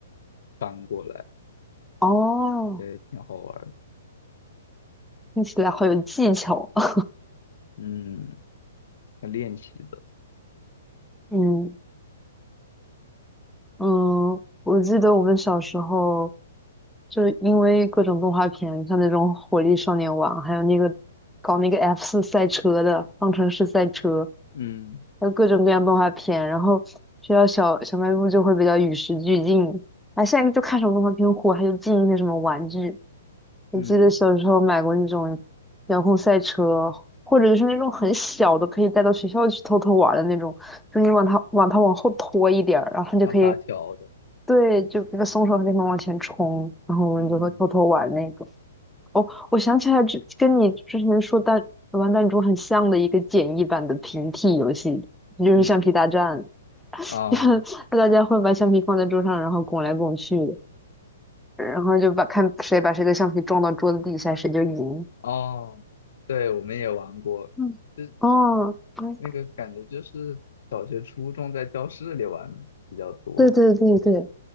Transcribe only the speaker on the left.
翻过来，
对，挺好玩儿的。
嗯，练习的，
嗯
嗯，
上发条的，
嗯
嗯，哦
哦，对，我们也玩过，
就
那个感觉就是小学、初中在教室里玩比较多，